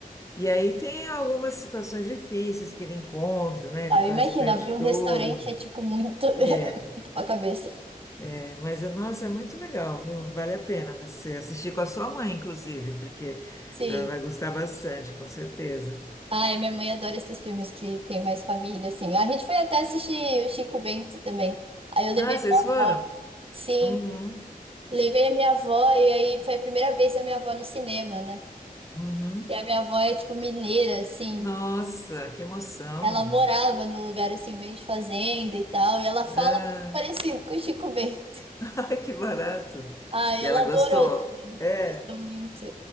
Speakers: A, on the left (about 20°); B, on the right (about 40°).
A: E aí tem algumas situações difíceis que ele encontra, né?
B: Ah,
A: Ele quase
B: imagina,
A: perde
B: abrir um
A: tudo,
B: restaurante é tipo muito, <laughs> é
A: é.
B: muito pra cabeça.
A: é, mas nossa, é muito legal, viu? Vale a pena você assistir com a sua mãe, inclusive, porque
B: Sim.
A: ela vai gostar bastante, com certeza.
B: Ai, minha mãe adora esses filmes que tem mais família, assim. A gente foi até assistir o Chico Bento também. Aí eu levei
A: Ah, vocês
B: minha
A: foram?
B: avó. Sim,
A: Uhum,
B: levei a minha avó e aí foi a primeira vez da minha avó no cinema, né?
A: uhum.
B: E a minha avó é tipo mineira, assim.
A: Nossa, que emoção.
B: Ela morava num lugar assim, meio de fazenda e tal, e ela fala
A: Ah,
B: muito parecido com o Chico Bento.
A: <laughs> ai, que barato.
B: Ai,
A: E
B: ela
A: ela gostou?
B: adorou também.
A: É,
B: Gostou muito.